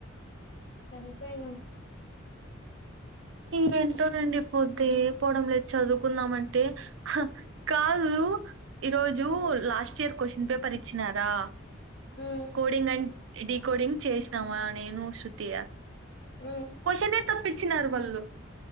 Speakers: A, on the left; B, on the right.
A: సరిపోయినాం
B: ఇంకేంటోనండి పొద్దే పోవడం లేదు చదువుకుందామ్ అంటే, హా కాదు ఈరోజు లాస్ట్ ఇయర్ క్వశ్చన్ పేపర్ ఇచ్చినారా
A: మ్మ్.
B: కోడింగ్ అన్ డి కోడింగ్ చేసినామా నేను శృతియ
A: మ్మ్.
B: కోషేదే తప్పి ద్ చిన్నారు బల్